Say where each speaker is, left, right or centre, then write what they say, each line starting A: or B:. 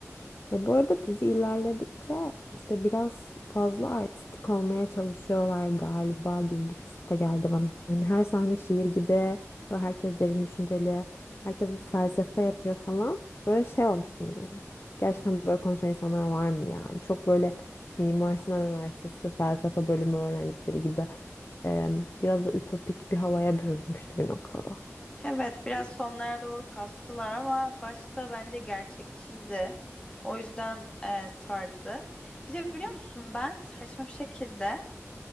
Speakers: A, on the left; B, on the left.
A: Ya bu arada dizi ilerledikçe işte biraz fazla artistik olmaya çalışıyorlar galiba gibi bir his de geldi bana. Hani her sahne şiir gibi ve herkes derin düşünceli, herkes bir felsefe yapıyor falan. Böyle şey olmuştum hani. Gerçekten böyle konuşan insanlar var mı ya? Hani, Çok böyle Mimar Sinan Üniversitesi felsefe bölümü öğrencileri gibi e, biraz böyle ütopik bir havaya bürünmüştü bir noktada.
B: Evet, biraz sonlara doğru kastılar ama başta bence gerçekçiydi. O yüzden e, sardı. Bir de biliyor musun ben saçma bir şekilde